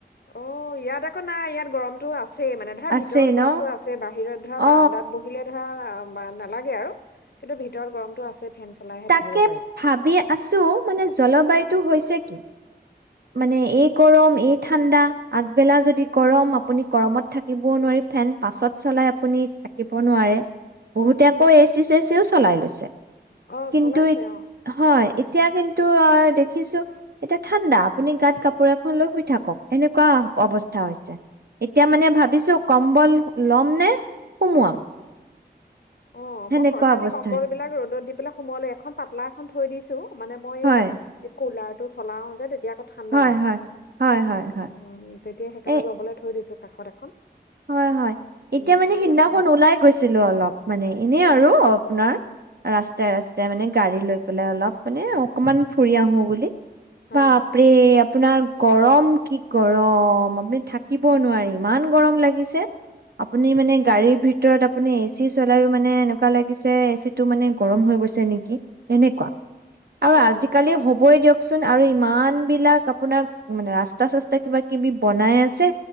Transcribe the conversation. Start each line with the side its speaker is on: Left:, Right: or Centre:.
Left: অ ইয়াত আকৌ নাই ইয়াত গৰমতটোও আছে ছে মানে ধৰা
Right: আছে
Left: ভিতৰত
Right: ন
Left: গৰমতটো আছে বাহিৰত ধৰা
Right: অ
Left: বাৰাণ্ডাত বহিলে ধৰা নালাগে আৰু কিন্তু ভিতৰত গৰমটো আছে ফেন চলাইহে
Right: তাকে
Left: থাকিব পাৰি
Right: ভাবি আছো মানে জলবায়ুতো হৈছে কি। মানে এই গৰম এই ঠাণ্ডা আগবেলা যদি গৰম আপুনি গৰমত থাকিবও নোৱাৰি ফেন পাছত চলাই আপুনি থাকিব নোৱাৰে। বহুতে
Left: উম
Right: আকৌ এচি চেচিও চলাই লৈছে।
Left: অ'
Right: কিন্তু,
Left: চলাইছে
Right: ই
Left: অ'
Right: হয় ই এতিয়া কিন্তু অ দেখিছো এতিয়া ঠাণ্ডা। আপুনি গাত কাপোৰ এখন লৈ শুই থাকক এনেকুৱা অৱস্থা হৈছে, এতিয়া
Left: উম
Right: মানে ভাবিছো কম্বল লম নে সুমুৱাম?
Left: অ',
Right: সেনেকুৱা
Left: মই ক কালি
Right: অৱস্থা
Left: কম্বল
Right: হৈছে।
Left: বিলাক ৰ'দত দি পেলাই সোমোৱালো এখন পাতলা এখন থৈ দিছো মানে মই
Right: হয়
Left: কুলাৰ টো চলাও যে এতিয়া আকৌ ঠাণ্ডা
Right: হয়
Left: লাগে।
Right: হয়
Left: উ,
Right: হয় হয়
Left: উম
Right: হয়
Left: তেতিয়া সেইকাৰণে
Right: এ
Left: লবলে থৈ দিছো কাষত এখন
Right: হয় হয়, এতিয়া
Left: বাকী
Right: মানে
Left: বিলাক
Right: সিদিনাখন
Left: সোমাইছে
Right: ওলাই গৈছিলো অলপ। মানে ইনে
Left: উম
Right: আৰু আপোনাৰ
Left: উম
Right: ৰাস্তাৰ ৰাস্তাই মানে গাড়ী লৈ পেলাই অলপ মানে অকমান ফুৰি আহো বুলি
Left: অ'
Right: বাপৰে আপোনাৰ গৰম কি গৰম, আপুনি থাকিব নোৱাৰে ইমান গৰম লাগে। আপুনি মানে গাড়ীৰ ভিতৰত আপুনি এচি চলাইয়ো মানে এনেকুৱা লাগিছে এচি টো মানে গৰম হৈ গৈছে নেকি, এনেকুৱা আৰু
Left: অ'
Right: আজিকালি হ'বই দিয়ক ককচোন আৰু ইমান বিলাক আপোনাৰ মানে ৰাস্তা চাস্তা কিবা কিবি বনাই আছে